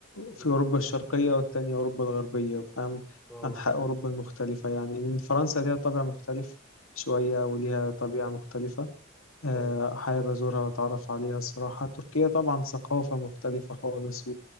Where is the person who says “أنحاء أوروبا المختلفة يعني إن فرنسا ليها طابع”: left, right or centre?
Left